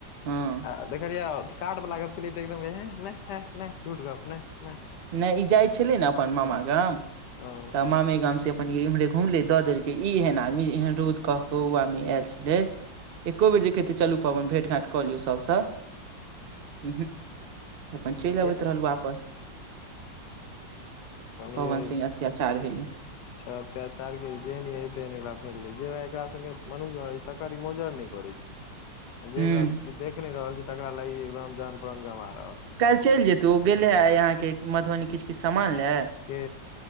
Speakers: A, on the right; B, on the left.
A: हँ
B: आ देखलियै काड वला गप केलियै तऽ एकदम ह नै ह नै झूठ गप नै नै
A: नै ई जाइ छलै ने अपन मामा गाम
B: हँ
A: तऽ मामे गाम से पन इमहरे घुमलै दऽ देलकै इ एहन आदमी एहन रौद कह कह कौआ मे आयल छलै एक्को बजे कै तैऽ चलू पवन भेट घाँट कऽ लियौ सबसँ उहूक अपन
B: हँ
A: चलि अबैत रहल वापस
B: बनियै
A: पवन सिंह अत्याचार भेलै
B: अच्छा अत्यचार के जेेहन एकरा भेलै एकराे मनु्य त ई मजर नै करै छै <unintelligible>
A: हूँ
B: जेकरा देख नहि रहल छी तकरा ली एकदम जान परान गवार
A: काल्हि चलि जेतू ओ गेले हे यहाँके मधुबनी किछु किछु सामान ले
B: के